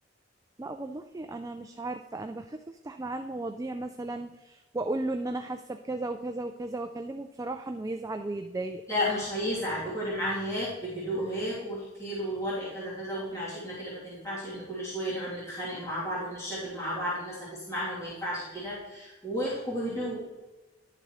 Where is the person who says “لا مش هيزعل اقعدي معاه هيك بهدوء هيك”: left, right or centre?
Left